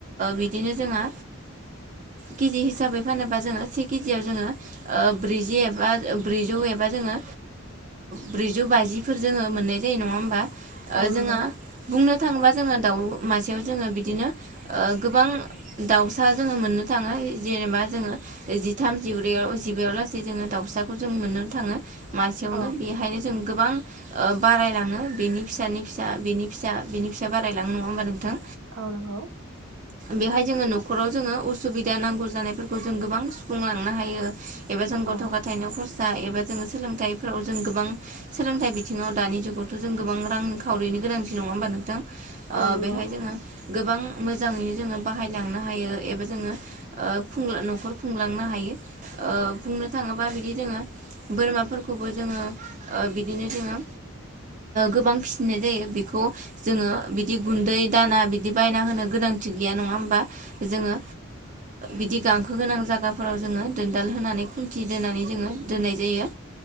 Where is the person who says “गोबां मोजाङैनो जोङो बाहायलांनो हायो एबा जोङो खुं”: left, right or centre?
Right